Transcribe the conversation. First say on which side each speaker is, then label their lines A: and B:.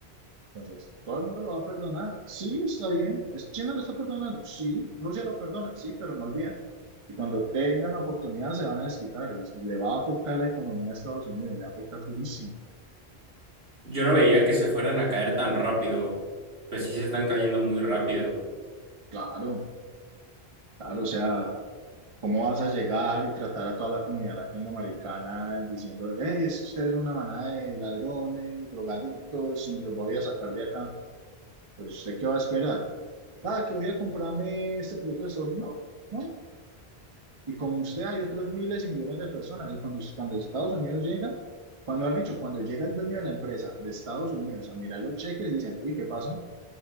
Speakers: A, on the right; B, on the right.
A: Entonces, ¿todo el mundo lo va a perdonar? Sí, está bien. ¿Es- ¿China lo está perdonando? Sí. ¿Rusia lo perdona? Sí, pero no olviden. Y cuando tengan la oportunidad se van a desquitar y, y le va a afectar la economía a Estados Unidos, le va a afectar durísimo.
B: Yo no veía que se fueran a caer tan rápido. Pues sí se están cayendo muy rápido.
A: Claro, claro, o sea, ¿cómo vas a llegar y tratar a toda la comunidad latinoamericana diciendo, hey, es que usted es una manada de ladrones, drogadictos y los voy a sacar de acá? Pues, ¿usted qué va a esperar? Ah, que voy a comprarme este producto de Estados Unidos. No. no. Y como usted hay otros miles y millones de personas. Y cuando, cuando Estados Unidos llega, cuando han dicho, cuando llega el dueño de la empresa de Estados Unidos a mirar los cheques y dicen, uy, ¿qué pasó?